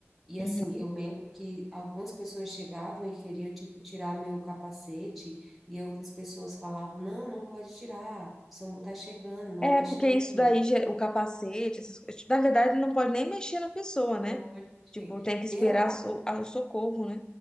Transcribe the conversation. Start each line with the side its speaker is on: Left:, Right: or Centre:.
Centre: E
Left: Uhum.
Centre: assim, eu lembro que algumas pessoas chegavam e queriam, tipo, tirar meu capacete, e outras pessoas falavam, não, não pode tirar, o SAMU tá chegando, não
Left: É,
Centre: mexe
Left: porque
Centre: nela,
Left: isso daí, ge- o capacete, essas coisas. Na verdade, não pode nem mexer na pessoa, né?
Centre: não pode mexer.
Left: Tipo, tem que esperar
Centre: Eu
Left: so- ah, o socorro, né?